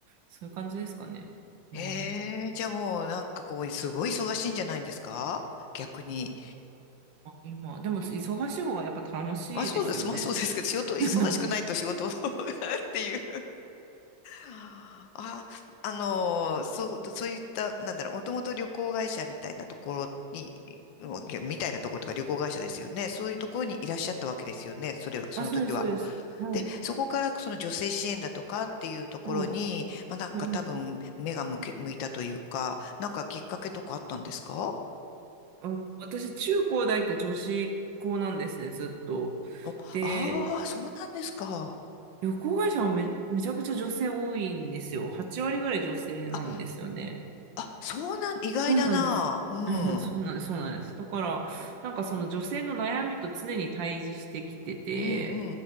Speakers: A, on the right; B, on the left.
A: そういう感じですかね。
B: ええ、
A: うん。
B: じゃあもう、なんかこう、すごい忙しいんじゃないんですか逆に。
A: 今、でも忙しい方がやっぱ楽しいですよね。
B: まあ、そうです。まあそうですけど、仕事、忙しくないと仕事
A: <laughs>
B: <laughs> っていう。あ、あのー、そう、そういった、なんだろう、もともと旅行会社みたいなところに、みたいなところとか旅行会社ですよね。そういうところにいらっしゃったわけですよね。それは、その時は。
A: あ、そうです、そうです。はい。
B: で、そこからその女性支援だとかっていうところに、
A: はい。
B: まあなんか多分目が向け、
A: うん。
B: 向いたというか、なんかきっかけとかあったんですか
A: うん、私、中高大って女子校なんですね、ずっと。
B: お、ああー、
A: で、
B: そうなんですか。
A: 旅行会社もめ、めちゃくちゃ女性多いんですよ。8割ぐらい女性なんですよね。
B: あ、あそうなん、意外だな。
A: そうなんです。<laughs>
B: う
A: うんそうなんです、
B: ん。
A: そうなんです。だから、なんかその女性の悩みと常に対峙してきてて、
B: うんう